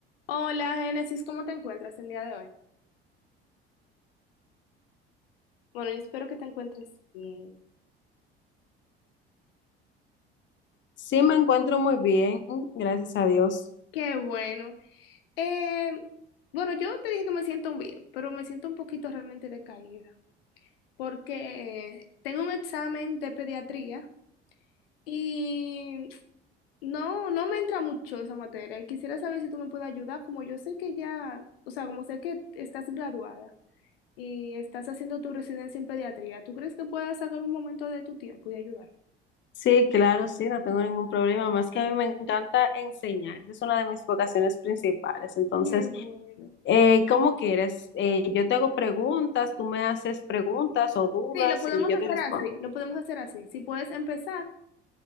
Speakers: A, on the left; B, on the left.
A: Hola, Génesis, ¿cómo te encuentras el día de hoy? Bueno, yo espero que te encuentres bien.
B: Sí, me encuentro muy bien, gracias a Dios.
A: Qué bueno. Eh, bueno, yo te dije que me siento bien, pero me siento un poquito realmente decaída porque tengo un examen de pediatría y no, no me entra mucho esa materia y quisiera saber si tú me puedes ayudar, como yo sé que ya, o sea, como sé que estás graduada y estás haciendo tu residencia en pediatría, ¿tú crees que puedas sacar un momento de tu tiempo y ayudarme?
B: Sí, claro, sí, no tengo ningún problema, más que a mí me encanta enseñar, esa es una de mis vocaciones principales. Entonces,
A: Qué bueno.
B: eh, ¿cómo quieres? Eh, yo te hago preguntas, tú me haces preguntas o dudas
A: Sí, lo podemos
B: y yo
A: hacer
B: te respondo.
A: así, lo podemos hacer así. Si puedes empezar,